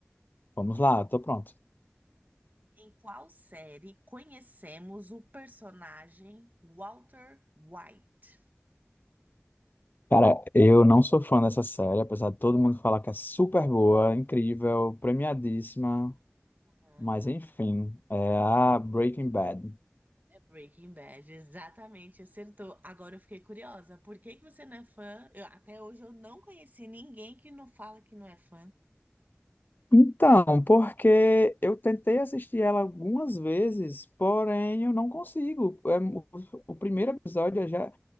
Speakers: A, on the left; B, on the right.
A: Vamos lá, tô pronto.
B: Em qual série conhecemos o personagem Walter White?
A: Cara, eu não sou fã dessa série, apesar de todo mundo falar que é super boa, incrível, premiadíssima.
B: Aham,
A: Mas enfim, é a Breaking Bad.
B: É Breaking Bad, exatamente, acertou. Agora eu fiquei curiosa, por que que você não é fã? Eu- até hoje eu não conheci ninguém que não fala que não é fã.
A: Então, porque eu tentei assistir ela algumas vezes, porém eu não consigo. É, mu- o primeiro episódio é já